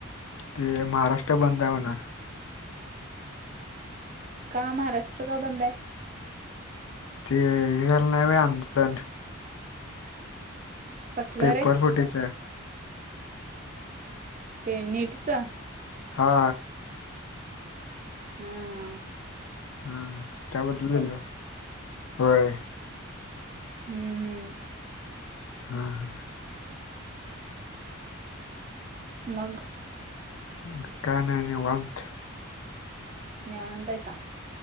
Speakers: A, on the left; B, on the right.
A: ते महाराष्ट्र बंदय म्हणुन
B: का महाराष्ट्र, का बंदय
A: ते हे झाल नाई व्हयं आंदोलन
B: कसलं
A: पेपर
B: रे
A: फुटीचं
B: ते नीटचं
A: हा
B: ह ह
A: हा हा त्याबद्दल धन्यवाद, होय
B: हम्म हम
A: हा हां...
B: मग-
A: मंग काय नाय निवांत -
B: निवांतयसा-